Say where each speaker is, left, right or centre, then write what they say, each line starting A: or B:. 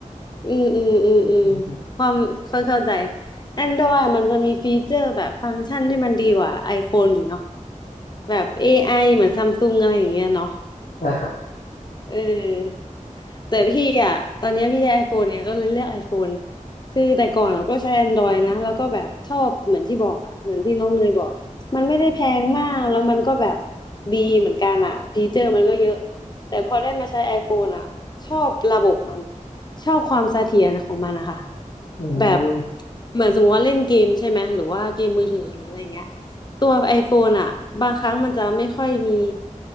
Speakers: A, on the left; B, on the left.
A: อืมอืมอืมอืม
B: อืม
A: ความเ่้าเข้าใจ Android มันจะมีฟีเจอร์แบบฟังก์ชันที่มันดีกว่า iPhone อยู่เนาะแบบ AI เหมือนซัมซุงอะไรอย่างเงี้ยเนาะ
B: ใช่ครับ
A: เออแต่พี่อ่ะตอนเนี้ยพี่ใช้ iPhone เนี่ยก็เลยเลือก iPhone คือแต่ก่อนเราก็ใช้ Android นะแล้วก็แบบชอบเหมือนที่บอกอ่ะเหมือนที่น้องเนยบอกมันไม่ได้แพงมากแล้วมันก็แบบดีเหมือนกันอ่ะฟีเจอร์มันก็เยอะแต่พอได้มาใช้ iPhone อ่ะชอบระบบมันชอบความเสถียรของมันนะคะ
B: อืม
A: แบบเหมือนสมมติว่าเล่นเกมใช่ไหมหรือว่าเกมมือถือหรืออะไรเงี้ย ตัว iPhone อ่ะบางครั้งมันจะไม่ค่อยมี